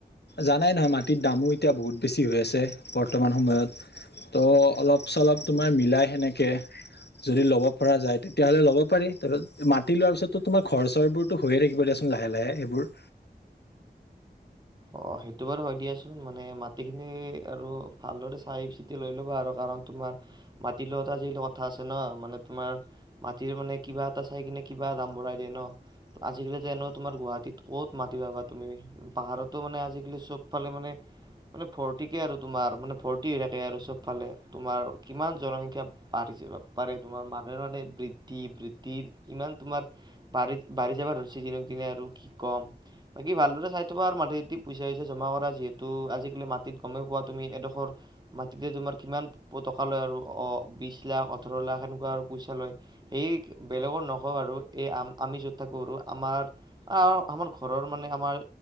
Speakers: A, on the left; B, on the right.
A: জানাই নহয় মাটিত দামো এতিয়া বহুত বেছি হৈ আছে বৰ্তমান সময়ত ত অলপ চলপ তোমাৰ মিলাই সেনেকে যদি ল'ব পৰা যায় তেতিয়াহ'লে ল'ব পাৰি তাৰত মাতি লোৱাৰ পিছতো তোমাৰ ঘৰ চৰবোৰতো হৈয়ে থাকিব দিয়া চোন লাহে লাহে সেইবোৰ
B: অ' সেইটো বাৰু হয় দিয়াচোন মানে মাটিখিনি আৰু ভালদৰে চাই চিতি লৈ লবা আৰু কাৰণ তোমাৰ মাটি লোৱাটো আজি কালি কথা আছে ন মানে তোমাৰ মাটিৰ মানে কিবা এটা চাই কিনে কিবা দাম বঢ়াই দিয়ে ন আজিকালি যে ন তোমাৰ গুৱাহাটীত ক'ত মাতিবা পাব তুমি পাহাৰত তটো মানে আজিকালি চবফালে মানে মানে ভৰ্তিকে আৰু তোমাৰ মানে ভৰ্তি হৈ থাকে আৰু চব ফালে তোমাৰ কিমান জনসংখ্যা বাঢ়িছে পাৰে তোমাৰ মানে মানে বৃদ্ধি বৃদ্ধি ইমান তোমাৰ বাঢ়ি বাঢ়ি যাব ধৰিছে দিনক দিনে আৰু কি কম বাকী ভালদৰে চাই থবা আৰু মাটী পইচা চইচা জমা কৰা যিহেতু আজিকালি মাটিত গমেই পোৱা তুমি এডোখৰ মাটিতে তোমাৰ কিমান টকা লয় আৰু অ বিশ লাখ ওঠৰ লাখ সেনেকুৱা আৰু পইচা লয় সেই বেলেগৰ নকওঁ আৰু আমি যত থাকোঁ আৰু আমাৰ আমাৰ ঘৰৰ মানে আমাৰ